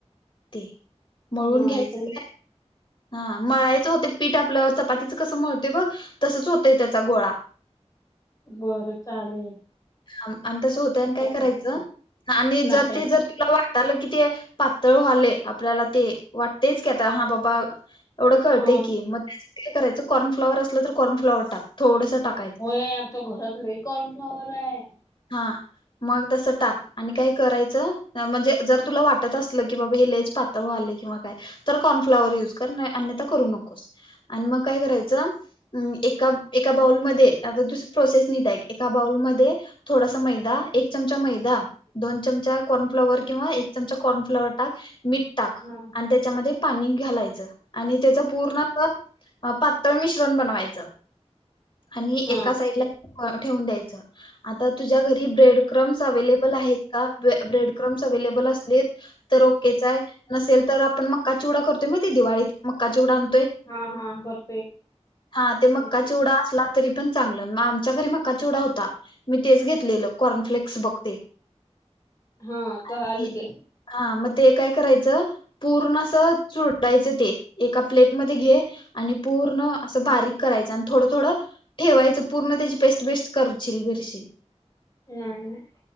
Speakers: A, on the left; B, on the left.
A: ते. मळूंन
B: मायचं
A: घ्यायचं ते हां मळायचं होतं पीठ आपल्यांवर चपातीचं कसं मळतंय बघं तसंच होतंय त्यांचा गोळां.
B: बरं चालेल.
A: हं आणि तसं होतंय आणि कायं
B: चपाती
A: करायचं
B: पण
A: आणि
B: लाटायचं
A: जरं ते जरं आपल्या वाटालं कि ते पातंळ वालेय आपल्यांला ते वाटतेच की आंता हां बाबां एवढं कळतय
B: ह
A: की मं त्यांय करायंच कॉर्न फ्लावर असलं तरं कॉर्न फ्लॉवर टांक थोडंसं टांक
B: होयं आमच्यां घरांत लंय कॉर्नफ्लावर हांय.
A: हां मंग तसं टांक. आणि कायं करायचं म्हणजे जरं तुलां वाटतं असलं की बाबां हे लयंच पातळं वालय किंवा कायं. तरं कॉर्नफ्लाॉवर युंज करं अन्यंथा करूं नकोस. आणि मंग कायं करायचं अं एकां एकां बाउलमध्यें आंता तू प्रोसेस निट अईक एकां एकांऽ बाऊंल मध्यें थोडांसा मैदा एक चमचा मैदा दोन चमचा कॉर्नफ्लॉवर किंवा एक चमचा कॉर्नफ्लॉवर टांक. मीठ टांक
B: हा
A: आणि त्यांच्यामध्ये पाणी घालायचं आणि त्याचं पूर्णऽ पातळं मिश्रण बनवायचं आणि
B: हा
A: एकां सांइडलां ठेवूंन द्यायचंय. आंता तुझ्यां घरी ब्रेड क्रम्स अवे्हेलेबल आहेतं कां ब्रेड क्रम्स अव्हेलेबल असलेत तरं ओकेच आहे नसेल तरं आपणं मंग मकां चीवडा करतोय माहितीय दिवाळीत मंग मकाचीवडा आणतोय
B: हा हा करते
A: हां ते
B: माहिती
A: मक्कां चिवडा असलां तरी पणं चांगलं आमच्यां घरी मकां चिवडा होतंऽ तां मी तेचं घेतलेलं कॉर्नफ्लेक्स बघं ते.
B: हां
A: आणि
B: कळालं की.
A: हां मंग ते कायं करायचं. पूर्ण असं चुरटायचं ते एकां प्लेटमध्यें घे. आणि पूर्ण असं बारीक करायचं आणि थोडं थोडं ठेवायचं पूर्ण त्यांची पेस्ट बेस्ट करशील बिरशील
B: नाहीं नाहीं